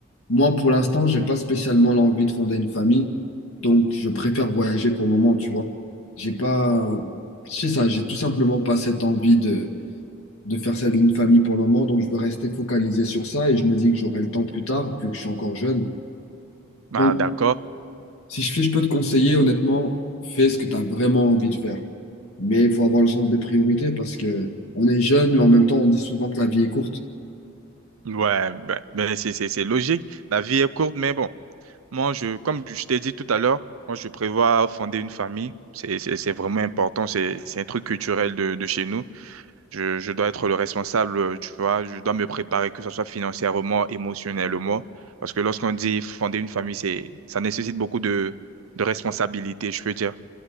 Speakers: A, on the left; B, on the right.
A: Moi, pour l'instant, j'ai pas spécialement l'envie de fonder une famille, donc je préfère voyager pour le moment, tu vois. J'ai pas, c'est ça, j'ai tout simplement pas cette envie de de faire celle d'une famille pour le moment. Donc, je veux rester focalisé sur ça et je me dis que j'aurai le temps plus tard, vu que je suis encore jeune.
B: Ah,
A: Donc,
B: d'accord.
A: si je, si je peux te conseiller, honnêtement, fais ce que tu as vraiment envie de faire. Mais il faut avoir le sens des priorités parce que on est jeune, mais en même temps, on dit souvent que la vie est courte.
B: Ouais, ben, ben, c'est, c'est, c'est logique. La vie est courte, mais bon, moi, je, comme je t'ai dit tout à l'heure, moi, je prévois fonder une famille. C'est, c'est, c'est vraiment important. C'est, c'est un truc culturel de, de chez nous. Je, je dois être le responsable, euh, tu vois. Je dois me préparer, que ce soit financièrement, émotionnellement. Parce que lorsqu'on dit fonder une famille, c'est, ça nécessite beaucoup de, de responsabilité, je peux dire.